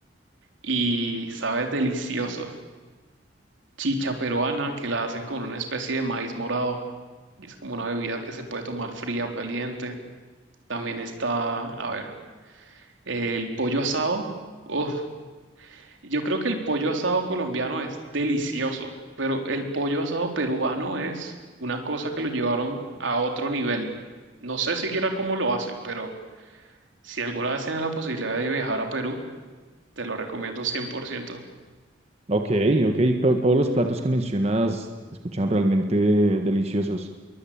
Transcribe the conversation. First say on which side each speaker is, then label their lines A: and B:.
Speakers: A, on the right; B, on the right.
A: y sabe delicioso. Chicha peruana que la hacen con una especie de maíz morado y es como una bebida que se puede tomar fría o caliente. También está, a ver, el pollo asado. Uf, Yo creo que el pollo asado colombiano es delicioso, pero el pollo asado peruano es una cosa que lo llevaron a otro nivel. No sé siquiera cómo lo hacen, pero si alguna vez tienes la posibilidad de viajar a Perú, te lo recomiendo 100%.
B: Ok, ok. to- todos los platos que mencionas se escuchan realmente deliciosos.